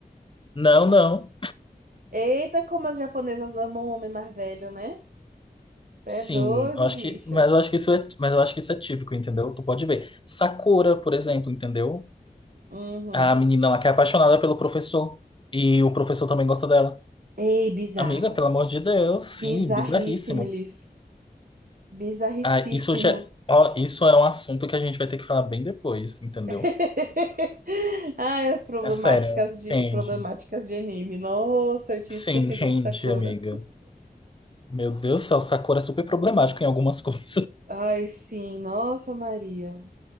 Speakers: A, on the left (about 30°); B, on the right (about 65°).
A: Não, não.
B: Eita, como as japonesas amam o homem mais velho, né? É
A: Sim,
B: doido,
A: eu acho
B: bicho.
A: que, mas eu acho que isso é, mas eu acho que isso é típico, entendeu? Tu pode ver. Sakura, por exemplo, entendeu?
B: Uhum.
A: É A menina lá que é apaixonada pelo professor e o professor também gosta dela.
B: Ei, bizarro.
A: Amiga, pelo amor de Deus, sim,
B: Bizarríssimilis.
A: bizarríssimo.
B: Bizarricíssimo.
A: Ah, isso já, ó, isso é um assunto que a gente vai ter que falar bem depois, entendeu?
B: <laughs> Ai, as problemáticas
A: É sério,
B: de
A: rende.
B: problemáticas de anime. Nossa, eu tinha
A: Sim,
B: esquecido
A: rende,
B: de Sakura.
A: amiga. Meu Deus do céu, Sakura é super problemático em algumas <laughs> coisas.
B: Ai, sim, nossa Maria.